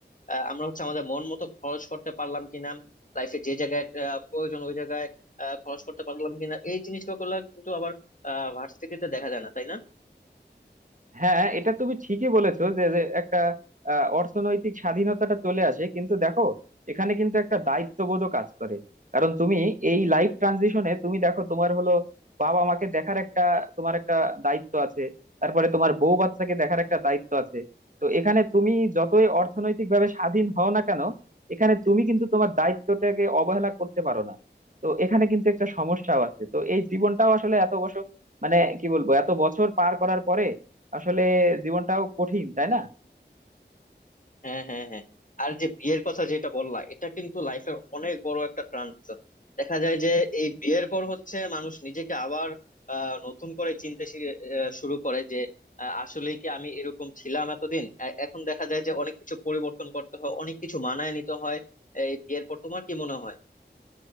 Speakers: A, on the left; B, on the right.
A: আহ, আমরা হচ্ছে আমাদের মন মতো খরচ করতে পারলাম কিনা লাইফে যে জায়গায় আহ, প্রয়োজন ওই জায়গায় আহ, খরচ করতে পারলাম কিনা এই জিনিসগুলো কিন্তু আবার ভার্সিটিতে দেখা যায় না তাই না
B: হ্যাঁ এটা তুমি ঠিকই বলেছো যে যে একটা আহ, অর্থনৈতিক স্বাধীনতাটা চলে আসে কিন্তু দেখো এখানে কিন্তু একটা দায়িত্ববোধও কাজ করে কারণ তুমি এই লাইফ ট্রানজিশনে তুমি দেখো তোমার হলো বাবা মাকে দেখার একটা তোমার একটা দায়িত্ব আছে তারপরে তোমার বউ বাচ্চাকে দেখার একটা দায়িত্ব আছে তো এখানে তুমি যতই অর্থনৈতিক ভাবে স্বাধীন হও না কেন এখানে তুমি কিন্তু তোমার দায়িত্বটাকে অবহেলা করতে পারো না তো এখানে কিন্তু একটা সমস্যাও আছে তো এই জীবনটাও আসলে এত বছর মানে কি বলবো এত বছর পার করার পরে আসলে জীবনটাও কঠিন তাই না
A: হ্যাঁ হ্যাঁ হ্যাঁ আর যে বিয়ের কথা যেটা বললা এটা কিন্তু লাইফের অনেক বড় একটা ট্রানজিশন দেখা যায় যে এই বিয়ের পর হচ্ছে মানুষ নিজেকে আবার আহ, নতুন করে চিনতে শি- আহ, শুরু করে যে আসলে কি আমি এরকম ছিলাম এতদিন এ- এখন দেখা যায় যে অনেক কিছু পরিবর্তন করতে হয় অনেক কিছু মানায় নিতে হয় এই বিয়ের পর তোমার কি মনে হয়